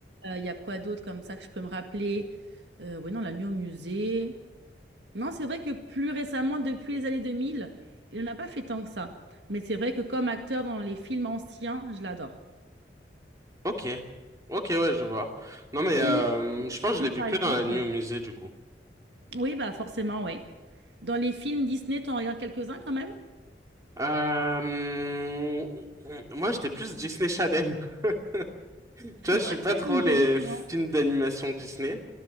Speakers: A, on the right (about 80°); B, on the right (about 20°).
A: Euh, Il y a quoi d'autre comme ça que je peux me rappeler? Euh, oui, non, La Nuit au musée. Non, c'est vrai que plus récemment, depuis les années 2000, il n'en a pas fait tant que ça. Mais c'est vrai que comme acteur dans les films anciens, je l'adore.
B: Ok. Ok, ouais, je vois. Non mais euh,
A: Au niveau
B: je pense
A: Disney,
B: que je l'ai vu
A: par
B: que
A: exemple,
B: dans la nuit au musée du coup.
A: Oui, bah forcément, oui. Dans les films Disney, t'en regardes quelques-uns quand même? <laughs>
B: Euh, moi, j'étais plus Disney Channel. <laughs> Tu vois, je suis
A: Ok,
B: pas trop
A: on me
B: les
A: dit
B: films
A: la
B: d'animation Disney.